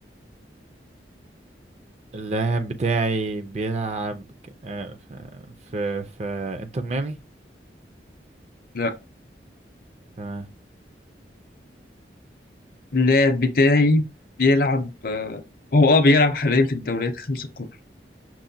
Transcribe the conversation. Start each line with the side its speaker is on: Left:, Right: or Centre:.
Right: اللاعب بتاعي بيلعب ك- آه في في, في انتر ميامي
Left: لا
Right: تمام
Left: اللاعب بتاعي بيلعب آه، هو اه بيلعب حاليا في الدوريات الخمس الكبرى